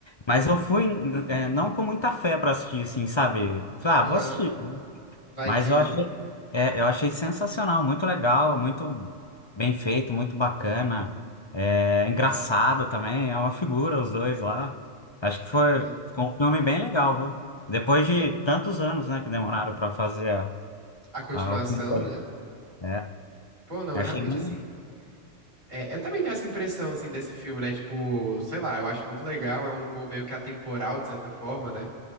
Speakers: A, on the left; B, on the right.
A: Mas eu fui é, não com muita fé pra assistir, assim, sabe? Falei,
B: aham.
A: ah, vou assistir. né?"
B: Vai
A: Mas
B: que,
A: eu
B: né?
A: achei, é, eu achei sensacional, muito legal, muito bem feito, muito bacana, é, engraçado também, é uma figura os dois lá. Acho que foi,
B: É.
A: ficou um filme bem legal, viu? Depois de tantos anos, né, que demoraram para fazer a,
B: A continuação,
A: a- o filme. todo.
B: né?
A: É,
B: Pô, não,
A: achei
B: realmente,
A: bem.
B: assim. É, eu também tenho essa impressão, assim, desse filme, né? Tipo, sei lá, eu acho muito legal, é um humor meio que atemporal, de certa forma, né?